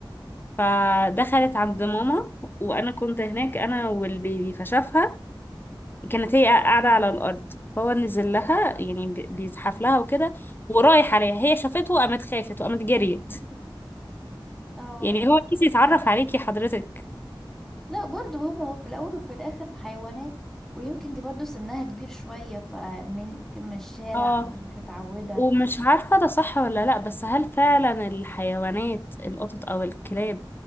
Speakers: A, on the left (about 25°); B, in the centre.
A: فدخلت عند ماما وأنا كنت هناك أنا والبيبي فشافها كانت هي قاعدة على الأرض فهو نزل لها يعني بي- بيزحف لها وكده ورايح عليها هي شافته وقامت خافت وقامت جريت
B: <laughs> اه
A: يعني هو عايز يتعرف عليكي حضرتك
B: لا برضو هما في الأول وفي الآخر حيوانات ويمكن دي برضو سنها كبير شوية فمن يمكن من الشارع
A: اه
B: أو مش متعودة
A: ومش عارفة ده صح ولا لأ بس هل فعلا الحيوانات القطط أو الكلاب